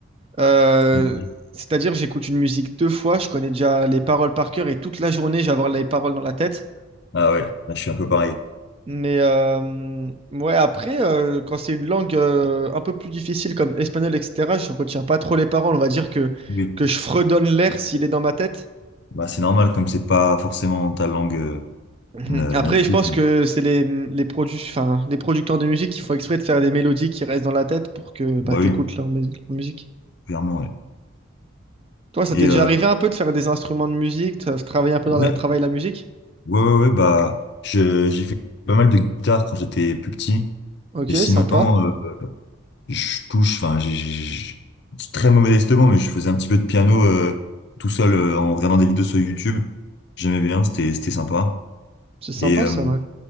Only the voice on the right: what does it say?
Euh,
C'est-à-dire, j'écoute une musique deux fois, je connais déjà les paroles par cœur et toute la journée, j'ai avoir les paroles dans la tête.
Mais euh, ouais, après, euh, quand c'est une langue euh, un peu plus difficile comme espagnol, etc., je retiens pas trop les paroles. On va dire que,
que je fredonne l'air s'il est dans ma tête.
Mhm.
Après,
je pense que c'est les, les, produ- enfin, les producteurs de musique qui font exprès de faire des mélodies qui restent dans la tête pour que
bah, tu
écoutes leur, mu- leur musique.
Toi, ça
t'est déjà
arrivé un peu de faire des instruments de musique, de travailler un peu dans
le travail la musique?
Ok,
sympa.
C'est sympa
ça, ouais.